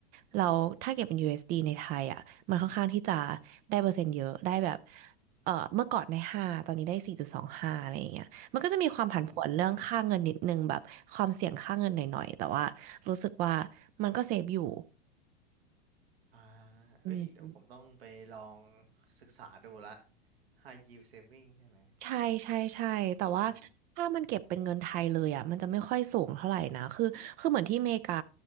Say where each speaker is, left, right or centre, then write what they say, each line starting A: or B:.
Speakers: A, on the right (about 30°); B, on the right (about 65°).
A: เราถ้าเก็บเป็นยูเอสดีในไทยอะมันค่อนข้างที่จะได้เปอร์เซ็นต์เยอะได้แบบเออเมื่อก่อนในห้าตอนนี้ได้สี่จุดสองห้าอะไรอย่างเงี้ยมันก็จะมีความผันผวนเรื่องค่าเงินนิดนึงแบบความเสี่ยงค่าเงินหน่อยๆแต่ว่ารู้สึกว่า
B: อืม
A: มันก็เซฟอยู่
B: อ่าเอ้ยเดี๋ยวผมต้องไปลอง
A: อืม
B: ศึกษาดูละ High Yield Saving ใช่ไหม
A: ใช่ใช่ใช่แต่ว่าถ้ามันเก็บเป็นเงินไทยเลยอ่ะมันจะไม่ค่อยสูงเท่าไหร่นะคือคือเหมือนที่อเมริกา
B: อ่า